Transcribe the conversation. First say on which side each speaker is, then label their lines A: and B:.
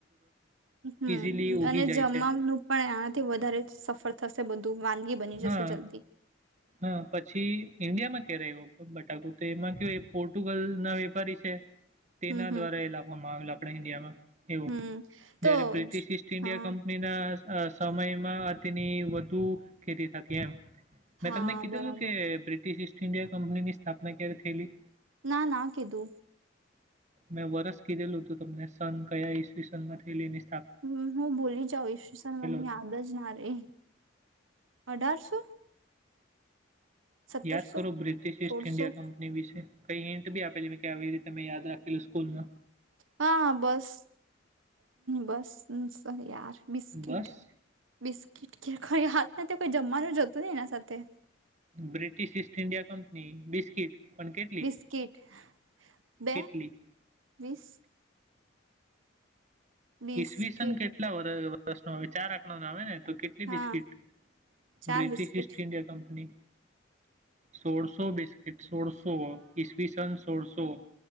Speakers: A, on the right (about 80°); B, on the right (about 35°).
A: હમ
B: ઇઝીલી ઉગી
A: અને
B: જાય
A: જમવાનું
B: છે
A: પણ આનાથી વધારે સફર થશે બધું. વાનગી બની જશે
B: હા
A: જલ્દી
B: હા પછી ઇન્ડિયામાં ક્યારે રહ્યું? બટાકુ તો એમાં કે એ પોર્ટુગલ ના વેપારી છે. તેના
A: હમ હમ
B: દ્વારા એ લખવામાં આવેલા. આપણે ઈન્ડિયામાં. એવું,
A: હમ તો
B: જયારે બ્રિટિશ
A: જ
B: ઈસ્ટ ઇન્ડિયા
A: હા
B: કંપનીના અ સમયમાં તેની વધુ. ખેતી થતી એમ. મેં
A: હા
B: તમને કીધેલું
A: બરાબર
B: કે બ્રિટિશ ઇસ્ટ ઇન્ડિયા કંપની સ્થાપના ક્યારે થયેલી?
A: ના ના આ કધુ.
B: મેં વરસ કીધેલું હતું તમને સન કયા ઈસ્વી સન માં થયલી તે.
A: હમ હું ભૂલી જાઉં ઈશસન મને
B: હતો.
A: યાદ જ ના રે. અઢારસો સત્તરસો
B: યાદ કરો બ્રિટિશ
A: સોળસો
B: ઈસ્ટ ઇન્ડિયા કંપની વિશે. કઈ હિન્ટ બી આપેલી મે કે આવી રીતે મેં યાદ રાખેલું સ્કૂલમાં.
A: હા બસ બસ. હમ સહિ યાર. બિસ્કીટ.
B: બસ.
A: બિસ્કીટ કે કઈ હાથ નથી કોઈ જમવાનું જતું ને એના સાથે.
B: British East India company biscuit. પણ કેટલી
A: બિસ્કીટ બે
B: કેટલી?
A: વીસ. બિસ્કીટ
B: ઈવીસન કેટલા વર્ષ નુ આવે ચાર આંકડા નુ આવે ને તો કેટલી
A: હા
B: બિસ્કીટ
A: ચાર
B: British
A: biscuit
B: East India company સોળસો બિસ્ સોળસો ઈસવી સન સોળસો